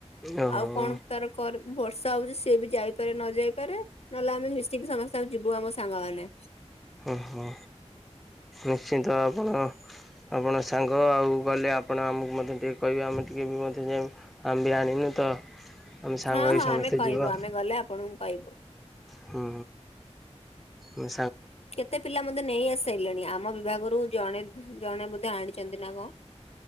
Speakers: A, in the centre; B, on the left.
A: ଓହୋ
B: ଆଉ କଣ ତାର କର ବର୍ଷା ହଉଛି ସିଏ ବି ଯାଇପାରେ ନ ଯାଇପାରେ। ନହେଲେ ଆମେ ମିଶିକି ସମସ୍ତେ ଆଉ ଯିବୁ ଆମ ସାଙ୍ଗମାନେ।
A: ହୁଁ ହୁଁ ନିଶ୍ଚିନ୍ତ ଆପଣ। ଆପଣ ସାଙ୍ଗ ଆଉ ଗଲେ ଆପଣ ଆମକୁ ମଧ୍ୟ ଟିକେ କହିବେ ଆମେ ଟିକେ ବି ମଧ୍ୟ ଯାଇ ଆମେ ବି ଆଣିବୁ। ତ ଆମେ ସାଙ୍ଗ
B: ହଁ
A: ହେଇ
B: ହଁ
A: ସମସ୍ତେ
B: ଆମେ କହିବୁ
A: ଯିବା।
B: ଆମେ ଗଲେ ଆପଣଙ୍କୁ କହିବୁ।
A: ହୁଁ ମେ
B: କେତେ ପିଲା ମଧ୍ୟ ନେଇ ଆସି ସାଇଲେଣି ଆମ ବିଭାଗରୁ। ଜଣେ ଦି ଜଣେ ବୋଧେ ଆଣିଛନ୍ତି ନା କଁ।